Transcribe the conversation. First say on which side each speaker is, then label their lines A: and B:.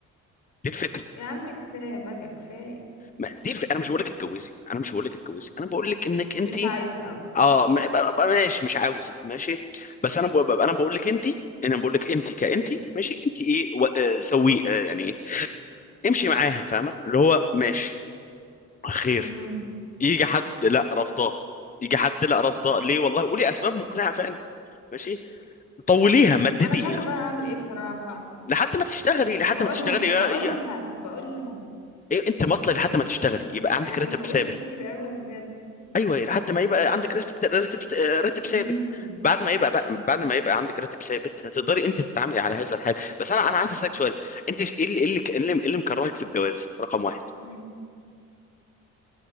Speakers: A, on the left; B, on the left.
A: دي الفكره
B: يا عم كفايه بقى كفايه
A: ما دي الف... انا مش بقول لك اتجوزي انا مش بقول لك اتجوزي انا بقول لك انك
B: مش
A: انت
B: عايزه اصلا
A: اه م- ب- ب- ماشي مش عاوزه ماشي بس انا ب- ب- انا بقول لك انت انا بقول لك انت كانت ماشي انت ايه و- آه، سويه آه، يعني إيه؟ امشي معاها فاهمه اللي هو ماشي خير
B: مهم.
A: يجي حد لا رفضاه يجي حد لا رفضاه ليه والله وليه اسباب مقنعه فعلا ماشي طوليها مددي
B: ما انا مش عارفه بقى اعمل ايه بصراحه
A: لحد ما تشتغلي لحد
B: بقولها
A: ما تشتغلي يا
B: بقولها
A: يا
B: بقولها
A: إيه انت مطلع لحد ما تشتغلي يبقى
B: يعني
A: عندك راتب
B: بقول
A: ثابت
B: كتير قوي بجد
A: ايوه لحد ما يبقى عندك راتب راتب راتب
B: مم.
A: ثابت بعد ما يبقى بقى بعد ما يبقى عندك راتب ثابت هتقدري انت تتعاملي على هذا الحال بس انا انا عايز اسالك سؤال انت ش- ايه اللي ايه اللي إيه اللي إيه اللي مكرهك في الجواز رقم واحد
B: مم.